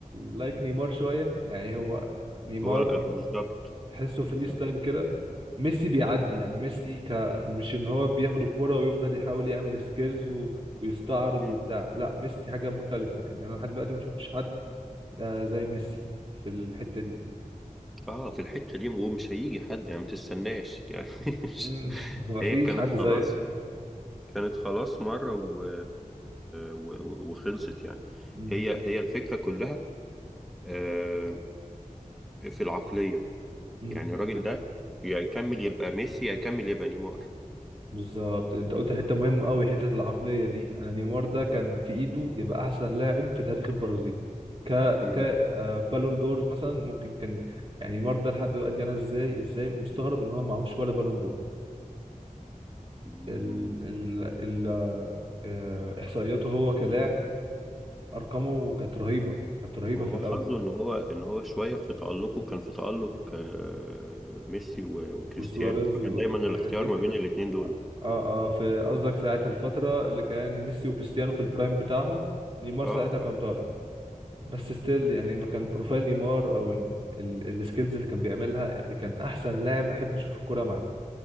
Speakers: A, on the right; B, in the centre.
A: لايك نيمار شوية يعني هو نيمار
B: هو ال- بالظبط
A: تحسه فري
B: بالظبط
A: ستايل كده ميسي بيعدي يعني ميسي ك... مش ان هو بياخد الكرة ويفضل يحاول يعمل سكيلز و... ويستعرض
B: مم.
A: وبتاع لا ميسي حاجة مختلفة يعني انا لحد دلوقتي ما شفتش حد آه، زي ميسي في الحتة دي
B: اه في الحتة دي ومش هيجي حد يعني ما تستناش يعني <laughs> مش-
A: مم. <laughs> ما فيش
B: هي كانت
A: حد
B: خلاص
A: زيه
B: كانت خلاص مرة و... و... وخلصت يعني
A: مم.
B: هي هي الفكرة كلها آه، في العقلية
A: مم.
B: يعني الراجل ده يا يكمل يبقى ميسي يا يكمل يبقى نيمار
A: بالظبط انت قلت حتة مهمة قوي حتة العقلية دي انا نيمار ده كان في ايده يبقى احسن لاعب في تاريخ البرازيل ك
B: مم.
A: ك آه، بالون دورز مثلا ممكن كان يعني نيمار ده لحد دلوقتي انا ازاي ازاي مستغرب ان هو معهوش ولا بالون دور
B: مم.
A: ال ال ال آه، احصائياته هو كلاعب ارقامه كانت رهيبه كانت رهيبه
B: ما
A: في
B: هو
A: الاول
B: حظه ان هو ان هو شوية في تألقه كان في تألق آه، ميسي و- وكريستيانو
A: وسواريز
B: فكان
A: والحاجات
B: دايما الاختيار
A: دي
B: ما بين الاتنين دول
A: اه اه في قصدك ساعه الفتره اللي كان ميسي وكريستيانو في البرايم بتاعهم نيمار
B: اه
A: ساعتها كان
B: اه
A: طالع بس ستيل يعني ما كان بروفايل نيمار او ال- ال- السكيلز اللي كان بيعملها يعني كان احسن لاعب احب اشوف الكوره معاه